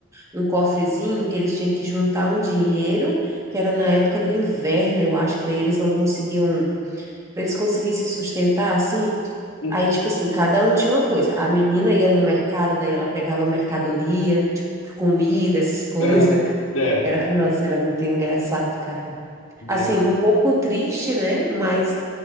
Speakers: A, on the right (about 15°); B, on the left (about 80°).
A: um, um cofrezinho que eles tinham que juntar um dinheiro, que era na época do inverno, eu acho que daí eles não conseguiam, para eles conseguirem se sustentar, assim.
B: Uhum.
A: Aí, tipo assim, cada um tinha uma coisa. A menina ia no mercado, daí ela pegava mercadoria, tipo, comida, essas coisas.
B: Aham. É,
A: Era, nossa, era muito engraçado, cara. Assim,
B: é.
A: um pouco triste, né? Mas,